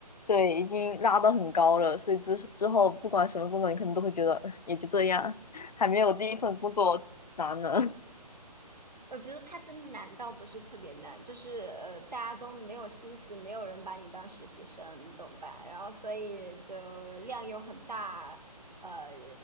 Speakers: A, on the left (about 75°); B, on the right (about 80°).
A: 对已经拉得很高了，所以之之后不管什么工作，你可能都会觉得哎也就这样，还没有第一份工作难呢。
B: 我觉得它真的难倒不是特别难，就是呃，大家都没有心思，没有人把你当实习生，你懂吧？然后所以就量又很大，呃，